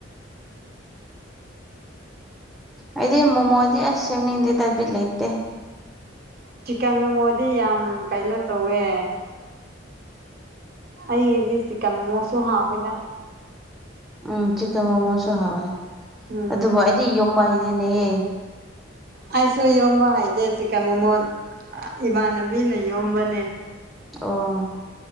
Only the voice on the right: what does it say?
ꯆꯤꯛꯀꯟ ꯃꯣꯃꯣꯗꯤ ꯌꯥꯝ ꯀꯩꯅꯣ ꯇꯧꯋꯦ ꯑꯩꯗꯤ ꯁꯤꯀꯟ ꯃꯣꯃꯣꯁꯨ ꯍꯥꯎꯋꯦꯗ
ꯎꯝ
ꯑꯩꯁꯨ ꯌꯣꯝꯕ ꯍꯩꯗꯦ ꯆꯤꯀꯟ ꯃꯣꯃꯣ ꯏꯃꯥꯟꯅꯕꯤꯅ ꯌꯣꯝꯕꯅꯦ